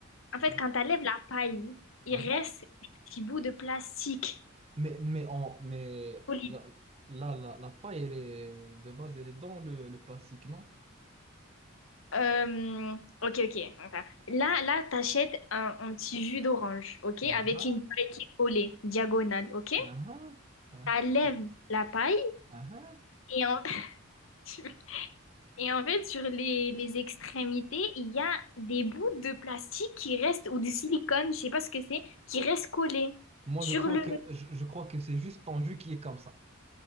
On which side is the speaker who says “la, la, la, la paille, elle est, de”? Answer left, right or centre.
Right